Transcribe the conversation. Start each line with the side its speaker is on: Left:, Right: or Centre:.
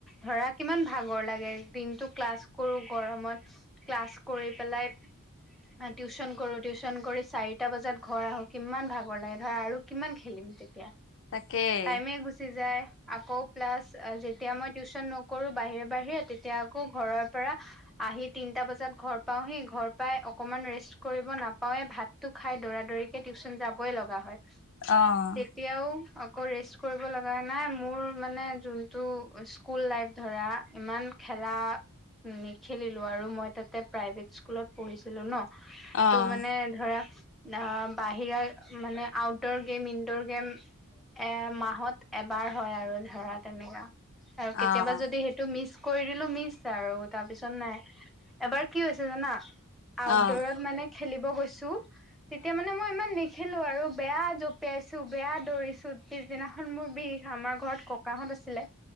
Centre: ধৰা কিমান ভাগৰ লাগে দিনটো ক্লাছ কৰো গৰমত ক্লাছ কৰি পেলাই টিউচন কৰো টিউচন কৰি চাৰিটা বজাত ঘৰ আহো কিমান ভাগৰ লাগে ধৰা আৰু কিমান খেলিম তেতিয়া
Left: তাকেই।
Centre: টাইমে গুচি যায় আকৌ প্লাছ যেতিয়া মই টিউচন নকৰো বাহিৰে বাহিৰে তেতিয়া আকৌ ঘৰৰ পৰা আহি তিনটা বজাত ঘৰ পাওহি ঘৰ পাই অকমান ৰেষ্ট কৰিব নাপাৱে ভাত টো খাই দৌৰা দৌৰিকে টিউচন যাবই লগা হয়
Left: অ
Centre: এতিয়াও আকৌ ৰেষ্ট কৰিব লগা নাই মোৰ মানে যোনটো স্কুল লাইফ ধৰা ইমান খেলা উম নেখেলিলো আৰু মই তাতে প্ৰাইভেট স্কুলত পঢ়িছিলো ন
Left: অ',
Centre: তো মানে ধৰা আহ বাহিৰা মানে আউটডৰ গেম ইনডৰ গেম এ মাহত এবাৰ হয় আৰু ধৰা তেনেকা আৰু কেতিয়াবা
Left: অ',
Centre: যদি সেইটো মিচ কৰি দিলো মিছ আৰু তাৰপিছত নাই এবাৰ কি হৈছে জানা আউটডৰত
Left: অ'। অ',
Centre: মানে খেলিব গৈছো তেতিয়া মানে মই ইমান নেখেলো আৰু বেয়া জপিয়াইছো বেয়া দৌৰিছো পিছদিনাখন মোৰ বিষ আমাৰ ঘৰত ক কাহঁত আছিলে